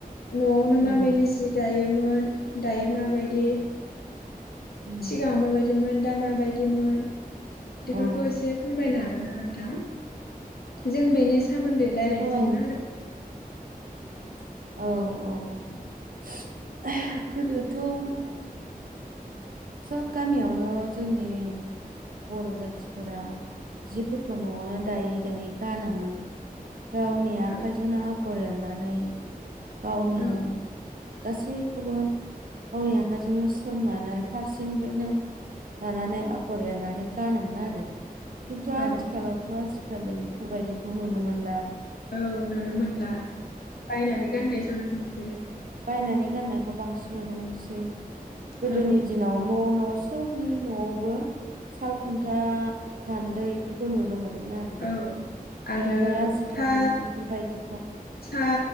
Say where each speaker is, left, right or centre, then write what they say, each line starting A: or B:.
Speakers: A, on the left; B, on the right.
A: न'आवनो
B: उम
A: माबायदि जि दायो। मोन दायो माबायदि
B: उम
A: सिगांङाव माबाय दिमोन दा माबायदिमोन। बेफोरखौ
B: औ
A: एसे फोरमायनो हागोन ना नोंथां? जों बेनि सोमोन्दै रायलायनोसै
B: फोरमाय
A: ना लोगो
B: औ औ <unintelligible> गोदोथ' सब गामियावनो जोंनि बर' जाथिफोरा जिफोरखौ न'आवनो दायो। दाहाय गानो मोन। गावनि आखाइजोंनो
A: औ
B: आग र एरनानै गावनो
A: औ
B: गासैखौबो गावनि आखाइजोंनो सोंनानै फारसेनिफ्रायनो दानानै आगर एरनानै गानोमोन आरो खिन्थु आथिखालावथ'
A: औ
B: आजि खालि बेफोरबायदिखौ नुनो मोनला
A: औ नुनो मोनला बायनानै गाननाय जोमनायखौ दे
B: बाय बानायनानै गाननायखौ बांसिन नुनो मोनसै गोदोनि
A: औ
B: दिनाव न' न' सबनि न'आवबो सालखुन्था गान्दैफोरखौ नुनो मोनो आरोना
A: औ आरो
B: ओमफ्राय आजिखालि
A: था
B: बेफोरबायदि
A: सा